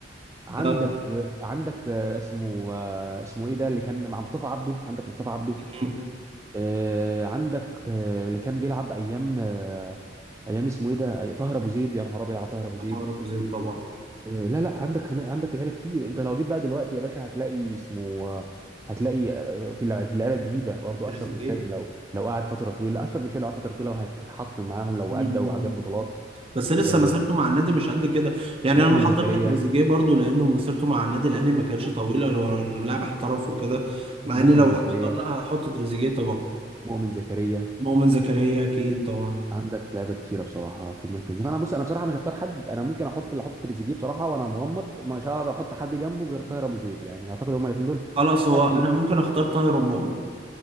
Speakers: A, on the right; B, on the right.
A: عندك
B: اه
A: عندك آه، اسمه آه، اسمه ايه ده اللي كان مع مصطفى عبده عندك مصطفى عبده
B: م- م.
A: آه، عندك آه، اللي كان بيلعب ايام آه، ايام اسمه ايه ده أي- طاهر ابو زيد يا نهار ابيض على طاهر ابو زيد
B: عطاء ابو زيد طبعا
A: آه، لا لا عندك هنا عندك لعيبه كتير انت لو جيت بقى دلوقتي يا باشا هتلاقي اسمه آه، هتلاقي آه، في اللع- في اللعيبه الجديده برضو
B: تريزيجيه
A: اشرف بن شرقي لو لو قعد فتره طويله اشرف بن شرقي لو قعد فتره طويله وهيتحط معاهم لو
B: مم.
A: ادى وجاب بطولات
B: بس لسه
A: آه،
B: مسيرته مع النادي مش قد كده يعني
A: مؤمن
B: انا ما حطيتش
A: زكريا
B: تريزيجيه برضو لانه مسيرته مع النادي الاهلي ما كانتش
A: مؤ-
B: طويله لو انه لاعب احترف وكده مع
A: مؤمن
B: ان لو
A: زكريا
B: هتختار لا هحط تريزيجيه طبعا
A: مؤمن زكريا
B: مؤمن زكريا اكيد طبعا
A: عندك لعيبه كتيره بصراحه في المركز ده فانا بص انا بصراحه مش هختار حد انا ممكن احط اللي احط تريزيجيه بصراحه وانا مغمض مش هقدر احط حد جنبه غير طاهر ابو زيد يعني اعتقد هما الاثنين دول
B: خلاص هو
A: اتقل
B: انا ممكن اختار طاهر ومؤمن